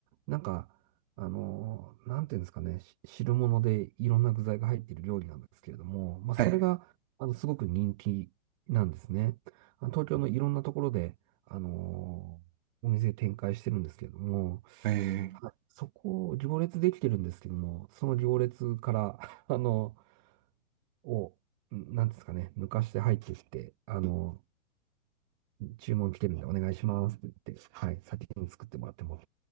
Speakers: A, on the right; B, on the right.
A: なんか、あのー、なんていうんですかね、し汁物でいろんな具材が入っている料理なんですけれども、まあ、
B: はい。
A: それが、あの、すごく人気なんですね。あの東京のいろんなところで、あのー、お店展開してるんですけれども、
B: えー
A: はいそこを行列できてるんですけども、その行列から、<laughs> あの、を、んなんですかね、抜かして入ってきて、あの、注文来てるんでお願いしますって言って、はい、先に作ってもらっても。